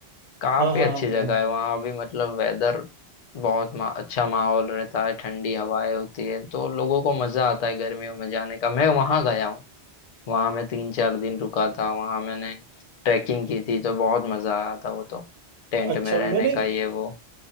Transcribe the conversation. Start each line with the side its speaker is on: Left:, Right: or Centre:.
Left: काफी
Right: हाँ हाँ
Left: अच्छी
Right: हाँ
Left: जगह
Right: हाँ।
Left: है वहाँ भी मतलब वेदर बहुत मा, अच्छा माहौल रहता है ठंडी हवाएं होती है तो लोगों को मजा आता है गर्मियों में जाने का मैं वहां गया हूँ वहां मैं तीन चार दिन रुका था वहां मैंने ट्रैकिंग की थी तो बहुत मजा आया था वो तो टेंट
Right: अच्छा
Left: में रहने
Right: मैंने
Left: का ये वो